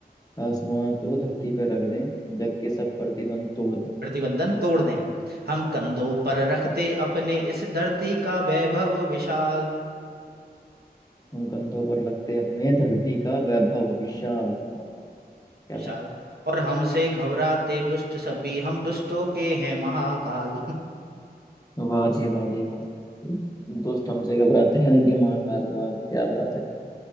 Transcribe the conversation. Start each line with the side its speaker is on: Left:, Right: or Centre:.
Left: वाह। आसमां को धरती पर रख दें जग के सब प्रतिबंध तोड़ दें
Right: प्रतिबंधन तोड़ दें हम कंधों पर रखते अपने इस धरती का वैभव विशाल
Left: हम कंधों पर रखते अपने धरती का वैभव विशाल वाह वाह क्या
Right: विशाल
Left: बात
Right: और हमसे घबराते दुष्ट सभी हम दुष्टों के हैं महाकाल
Left: वाह जी वाह जी वाह दुष्ट हमसे घबराते हैं उनके महाकाल वाह क्या बात है